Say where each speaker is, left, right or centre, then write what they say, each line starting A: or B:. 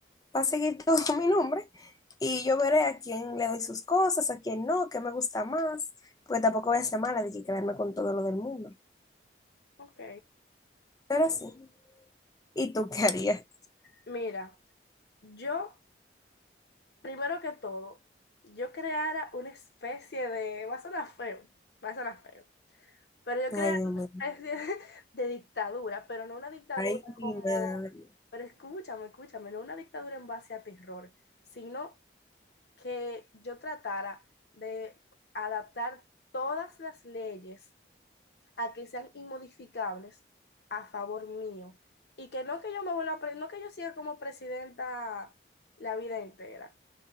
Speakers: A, on the left; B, on the left.
A: va a seguir todo <laughs> a mi nombre y yo veré a quién le doy sus cosas, a quién no, qué me gusta más, porque tampoco voy a ser mala de que quedarme con todo lo del mundo.
B: Ok.
A: Pero sí. ¿Y tú qué harías?
B: Mira, yo, primero que todo, yo creara una especie de, va a sonar feo, va a sonar feo, pero yo
A: Ay,
B: creara
A: Dios mío.
B: una especie de, de dictadura, pero no una dictadura
A: Ay, mi
B: como,
A: madre.
B: pero escúchame, escúchame, no una dictadura en base a terror, sino que yo tratara de adaptar todas las leyes a que sean inmodificables a favor mío. Y que no que yo me vuelva, pre- no que yo siga como presidenta la vida entera,